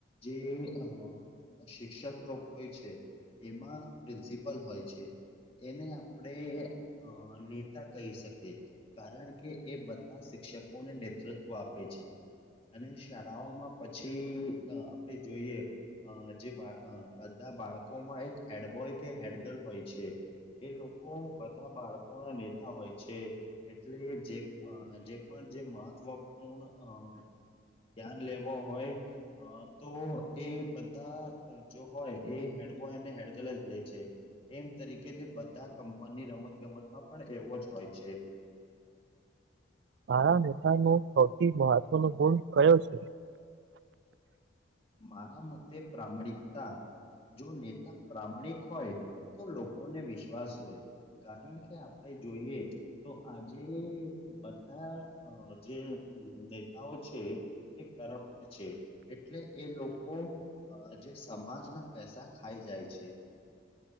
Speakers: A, on the left; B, on the right.
A: જે અ શિક્ષક લોક હોય છે એમાં પ્રિન્સિપલ હોય છે એને આપણેે અ નેતા કહી શકીએ કારણ કે એ બધા શી ક્ષકોને નેતૃત્વ આપે છે અને શા ળાઓ માં પછી આપે જોઈએ અ જે અ બા બધા બાળકોમાં એક હેડબોય કે હેડ ગર્લ હોય છે એ લોકો બધા બાળકો ના નેતા હોય છે, એટલે જે જે પણ જે મહત્વપૂર્ણ અ ધ્યાન લેવો હોય અ તો એ બધા જો હોય એ હેડબોય અને હેડગર્લ જ લે છે, એમ તરીકે બધા કંપનીની રમતગમતમાં પણ એવો જ હોય છે.
B: તારા નેતાનો સૌથી મહત્વનો ગુણ કયો છે?
A: મારા મતે પ્રામાણિકતા જો નેતા પ્રમાણિક હોય તો લોકોને વિશ્વાસ હોય કારણ કે આપણે જોઈએ તો આજે બધા અ જે નેતાઓ છે, એ કરપ્ટ છે, એટલે એ લોકો અ જે સમાજના પૈસા ખાઈ જાય છે.